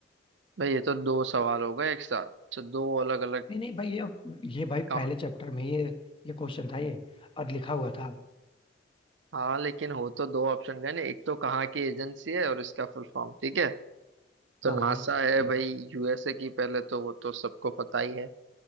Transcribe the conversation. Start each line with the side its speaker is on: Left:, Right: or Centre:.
Right: भाई ये तो दो सवाल हो गए एक साथ तो दो अलग अलग
Left: नहीं नहीं भाई ये ये भाई
Right: काउंट
Left: पहले चैप्टर में ये ये क्वेश्चन था ये और लिखा हुआ था
Right: हाँ लेकिन हो तो दो ऑप्शन गए ना एक तो कहाँ की एजेंसी है और इसका फुल फॉर्म ठीक है तो
Left: हाँ हाँ
Right: नासा है
Left: बताओ
Right: भाई यूएसए की पहले तो वो तो सबको पता ही है